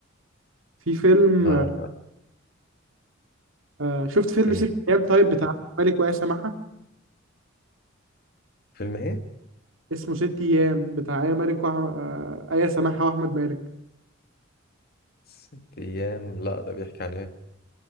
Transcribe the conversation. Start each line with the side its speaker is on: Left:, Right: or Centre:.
Right: في فيلم
Left: لا هو
Right: آه شفت فيلم
Left: فيلم
Right: ست ايام طيب بتاع مالك وآية سماحة
Left: فيلم ايه
Right: اسمه ست ايام بتاع آية مالك وأح... آه آية سماحة وأحمد مالك
Left: ست ايام لا ده بيحكي عن ايه